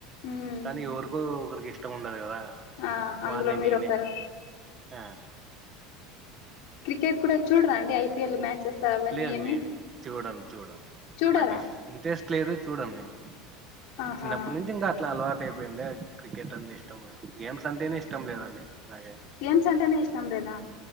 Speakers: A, on the left; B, on the right.
A: ఉమ్
B: కానీ ఎవరికో ఒకరికి ఇష్టం ఉండదు కదా
A: ఆ అందులో
B: వాన్ని
A: మీరు
B: నేనే
A: ఒకరు
B: ఆ
A: క్రికెట్ కూడా చూడరా అండి ఐపీఎల్ మ్యాచెస్ అవన్నీ
B: లేదు
A: ఏమి
B: నేను చూడను చూడను
A: చూడరా
B: నాకు ఇంట్రెస్ట్ లేదు చూడను నేను
A: ఆహా
B: చిన్నప్పటి నుంచి ఇంగ అట్లా అలవాట్ అపోయింద క్రికెట్ అంటే ఇష్టం లే గేమ్స్ అంటేనే ఇష్టం లేదండి నాకే
A: గేమ్స్ అంటేనే ఇష్టం లేదా